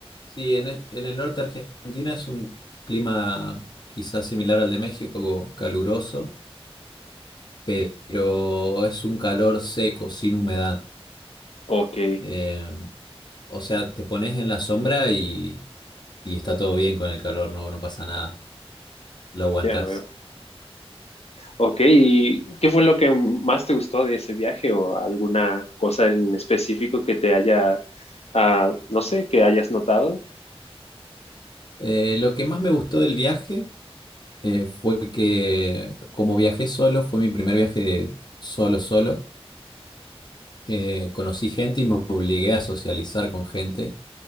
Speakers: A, on the left; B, on the left.
A: sí, en el, en el norte de Argentina es un clima quizás similar al de México, caluroso, pero es un calor seco, sin humedad.
B: Ok,
A: Eh, o sea, te pones en la sombra y, y está todo bien con el calor, no, no pasa nada, lo aguantás.
B: ya veo. Ok, ¿y qué fue lo que más te gustó de ese viaje o alguna cosa en específico que te haya, ah, no sé, que hayas notado?
A: Eh, lo que más me gustó del viaje eh, fue que como viajé solo, fue mi primer viaje de solo, solo, eh, conocí gente y me obligué a socializar con gente.